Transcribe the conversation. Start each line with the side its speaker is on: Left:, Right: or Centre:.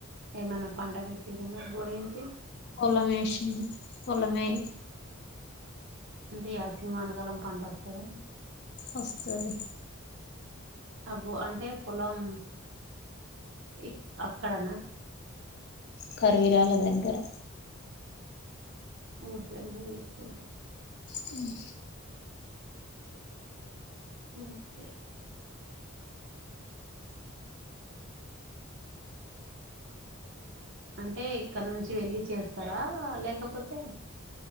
Right: ఏమన్నా పంట పెట్టిర్ర మరి బోర్ ఎయించి
Left: పొలమేష్నం పొలమే
Right: అంటే యాసింగి వానకాలం పంట వస్తదా
Left: ఒస్తది
Right: అబ్బో అంటే పొలం ఇక్ అక్కడనా
Left: కర్విరాల దగ్గర
Right: ఊరి పేరు గుడ చెపోద్దు
Left: హ్మ్
Right: ఓకే అంటే ఇక్కడ్నుంచి వెళ్ళి చేస్తారా లేకపోతే